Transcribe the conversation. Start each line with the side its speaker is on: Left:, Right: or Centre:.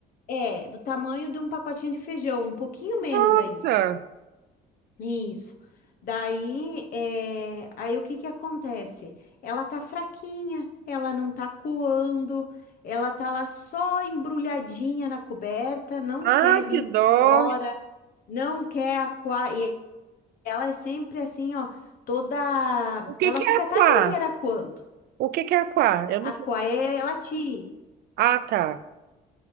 Left: é, do tamanho de um pacotinho de feijão, um pouquinho menos
Right: Nossa!
Left: ainda. Isso. Daí, é, aí o que que acontece? Ela tá fraquinha, ela não tá coando, ela tá lá só embrulhadinha na coberta, não quer
Right: Ah,
Left: vir
Right: que dó!
Left: pra fora, não quer aquar. Ela é sempre assim, ó, toda.
Right: O que
Left: Ela
Right: que
Left: fica
Right: é aquá?
Left: a tarde inteira quando?
Right: O que que é aquá? Eu
Left: A
Right: não sei.
Left: Quaé, ela te.
Right: Ah, tá.